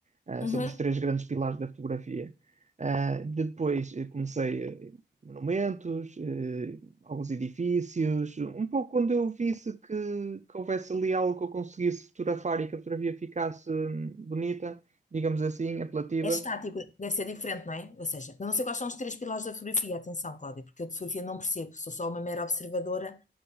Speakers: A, on the right; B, on the left.
A: eh,
B: Uhum.
A: sobre os três grandes pilares da fotografia. Eh, depois eh, comecei eh, monumentos, eh, alguns edifícios, um pouco quando eu visse que, que houvesse ali algo que eu conseguisse fotografar e que a fotografia ficasse hum, bonita, digamos assim, apelativa.
B: É estático, deve ser diferente, não é? Ou seja, eu não sei quais são os três pilares da fotografia, atenção, Cláudia, porque eu de fotografia não percebo, sou só uma mera observadora,